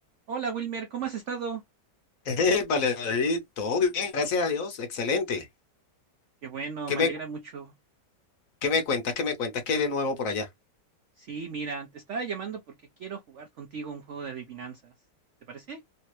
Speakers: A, on the right; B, on the left.
A: Hola Wilmer, ¿cómo has estado?
B: Eh, vale, David, todo bien, gracias a Dios, excelente.
A: Qué bueno,
B: ¿Qué
A: me
B: me,
A: alegra mucho.
B: qué me cuentas? ¿Qué me cuentas? ¿Qué hay de nuevo por allá?
A: Sí, mira, te estaba llamando porque quiero jugar contigo un juego de adivinanzas. ¿Te parece?